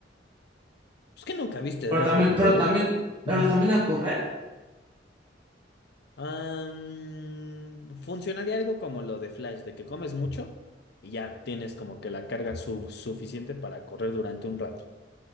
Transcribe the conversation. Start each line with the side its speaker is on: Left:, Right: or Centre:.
Left: Pues que nunca viste
Right: Pero
Left: Dragon
Right: también, pero
Left: Ball.
Right: también,
Left: Uy.
Right: pero también al correr.
Left: Am, funcionaría algo como lo de Flash, de que comes mucho y ya tienes como que la carga su- suficiente para correr durante un rato.